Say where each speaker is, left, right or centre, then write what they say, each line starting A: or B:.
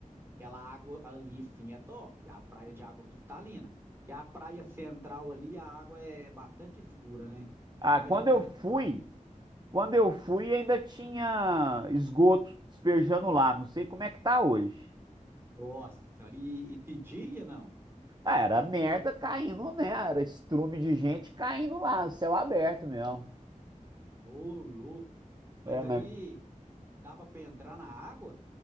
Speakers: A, on the right; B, on the right.
A: Aquela água ali, sim, é top. A praia de água cristalina. Porque a praia central ali, a água é bastante escura, né?
B: ah,
A: Mais
B: quando
A: parecido
B: eu fui,
A: com lagoa.
B: quando eu fui ainda tinha esgoto despejando lá. Não sei como é que tá hoje.
A: Nossa senhora, e, e de dia não?
B: Ah, era merda caindo, né? Era estrume de gente caindo lá, céu aberto mesmo.
A: Ô, louco. Mas
B: É, mas
A: aí dava pra entrar na água?